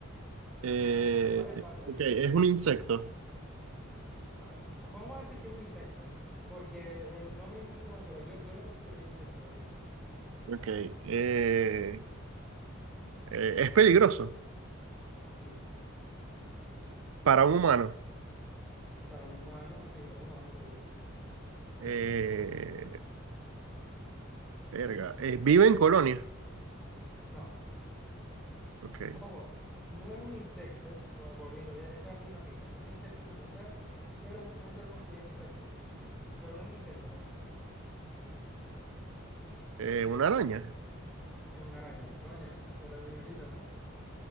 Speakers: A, on the right (about 75°); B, in the centre.
A: Eh,
B: En varias partes, de
A: ok,
B: hecho,
A: es
B: pero no
A: un
B: sé.
A: insecto.
B: Va- po- Vamos a decir que es un insecto, porque el nombre es un poquito más, pero yo, yo lo considero insecto, de hecho.
A: Ok. eh, eh, es peligroso
B: Sí,
A: para un humano.
B: para un humano, sí, para un humano es peligroso.
A: Eh, verga. eh, vive en colonia.
B: No,
A: Ok.
B: ojo, no es un insecto, pa- volviendo, ya- esta va a ser una pista, no es un insecto como tal, pero mucha gente lo considera insecto, pero no es un insecto realmente,
A: eh, una araña.
B: es una araña, coño, de la primerita, ¿no?